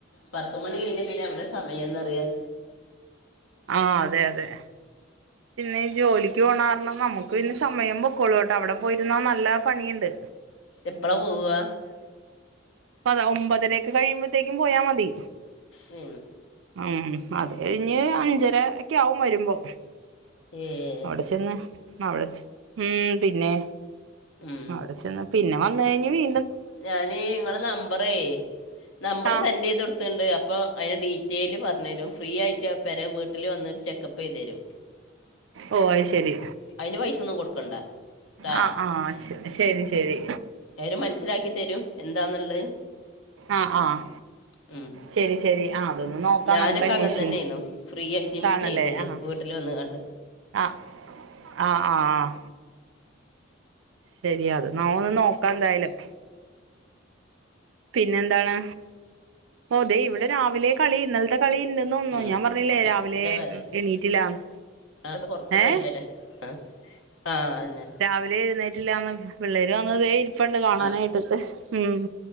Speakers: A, on the left; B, on the right.
A: പത്ത് മണി കഴിഞ്ഞാ പിന്നെ എവിടാ സമയം എന്നറിയാൻ
B: ആഹ് അതെ അതെ പിന്നെ ജോലിക്ക് പോണ കാരണം നമുക്ക് പിന്നെ സമയം പൊക്കോളും കേട്ടോ അവിടെ പോയിരുന്നാ നല്ല പണിയുണ്ട്
A: എപ്പളാ പോവുക
B: അതാ ഒമ്പതരയൊക്കെ കഴിയുമ്പോഴത്തേക്കും പോയാൽ മതി
A: ഉം <unintelligible>
B: ഉം അത് കഴിഞ്ഞ് അഞ്ചരക്കെ ആകും വരുമ്പോ
A: ഏഹ് <unintelligible>
B: അവിടെ ചെന്ന് അവി <unintelligible> ടെ ഉം പിന്നെ
A: ഉം
B: അവിടെ ചെന്ന് പിന്നെ വന്ന് കഴിഞ്ഞ് വീ
A: ഞാനേ നിങ്ങള് നമ്പറേ നമ്പറ്
B: ആഹ്
A: സെൻഡ് ചെയ്ത് കൊടു ണ്ട് അപ്പോൾ അതിന് ഡീറ്റെയിൽ പറഞ്ഞു തരും ഫ്രീ ആയിട്ട് പെരേ വീട്ടിൽ വന്നിട്ട് ചെക്കപ്പ് ചെയ്തു തരും
B: ഓ അത് ശരി
A: അയിന് പൈസയൊന്നും കൊടുക്കണ്ട ട്ടാ
B: ആഹ് ആഹ് ശ ശരി ശരി
A: ഇവര് മനസ്സിലാക്കി തരും എന്താന്നുള്ളത്
B: ആഹ് ആഹ്
A: ഉം
B: ശരി ശരി ആ അതൊന്ന് നോക്കാം
A: ഞാനൊക്കെ
B: നമുക്ക് അന്വേഷിച്ച്
A: അങ്ങനെ തന്നെയാരുന്നു ഫ്രീ ആയിട്ട് എനിക്ക്
B: കാണല്ലേ
A: ചെയ്ത് തരിവേ
B: ആഹ്
A: വീട്ടില് വന്ന് കണ്ട്
B: ആഹ് ആഹ് ആഹ് ശരിയാ അത് നമുക്കൊന്ന് നോക്കാം എന്തായാലും പിന്നെന്താണ് ഓ ദേ ഇവിടെ രാവിലെ കളി ഇന്നലത്തെ- കളി ഇല്ലന്ന് ഒന്നും
A: ഉം
B: ഞാൻ പറഞ്ഞില്ലേ രാവിലെ
A: നല്ല കാര്യം
B: എണീട്ടില്ലന്ന്
A: അത് കൊറക്കുന്നത്
B: ഏ
A: <unintelligible>
B: രാവിലെ എഴുന്നേറ്റില്ലാന്ന് പിള്ളേര് വന്നതേ ഇപ്പ <unintelligible> ണ്ട് കാണാനായിട്ട്
A: ആ
B: ഉം